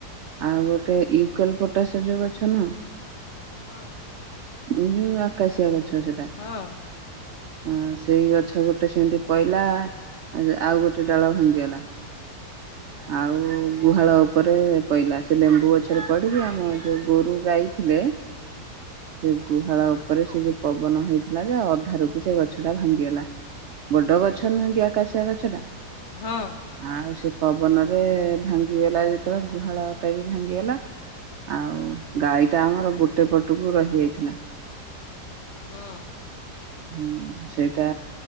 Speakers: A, on the right; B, on the left.
A: ଆଉ ଗୋଟେ ୟୁକେଲ ପଟାସ ଯୋଉ ଗଛ ନୁହଁ।
B: ହଁ।
A: ଏଇ ଜଉ ଆକାଶିଆଗଛ। ଛଅ ସେଟା।
B: ହଁ
A: ହ ସେଇ ଗଛ ଗୋଟେ ସେମିତି ପଇଲା ଆ ଆଉ ଗୋଟେ ଡାଳ ଭାଙ୍ଗିଗଲା ଆଉ ଗୁହାଳ ପରେ ପଇଲା ସେ ଲେମ୍ବୁ ଗ ପଛରେ ପଡିକି ଆମ ଯୋଉ ଗୋରୁ ଗାଈ ଥିଲେ। <inaudible> ସେ ଗୁ ହାଳ ଉପରେ ସେ ଯୋଉ ପବନ ହେଇଥିଲା ଯା ଧାରୁ କି ସେ ଗଛ ଟା ଭାଙ୍ଗିଗଲା ବଡ ଗଛ ନୁହେଁ କି ଆକାଶିଆ ଗଛ ଟା।
B: ହଁ
A: ଆଉ ସେ ପବନ ଭାଙ୍ଗିଗଲା ଯେତେବେଳେ ଗୁହାଳ ଟା ବି ଭାଙ୍ଗିଗଲା ଆଉ ଗାଈ ଟା ଆମର ଗୋଟେ ପଟକୁ ରହି ଯାଇଥିଲା।
B: ହଁ।
A: ହଁ ସେଇଟା